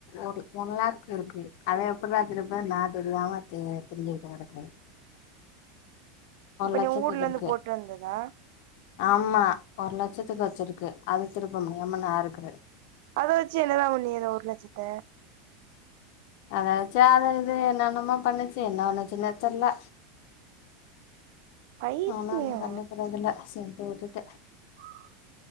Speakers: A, on the left; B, on the right.
A: ஒரு ஒன் லேக் இருக்கு அத எப்பிடிட்றா திருப்ப நா தெரியாம திரிஞ்சிட்டு கெடக்கே
B: இப்ப
A: லட்சத்துக்கு
B: நீ ஊர்ல இருந்து
A: இருக்கு
B: போட்டு வந்ததா
A: ஆமா ஒரு லட்சத்துக்கு வெச்சிருக்கு அது திருப்ப முடியாம நா இருக்குற
B: அத வெச்சு என்னதா பண்ணீங்க ஒரு லட்சத்த
A: அத வெச்சு அது இது என்னன்னமா பண்ணுச்சு என்ன பன்னிச்சினே தெரில
B: பைத்தியோ
A: நானு ஒன்னு கண்டுக்கறதுல்ல செரின்னு விட்டுட்டே
B: ஆஹ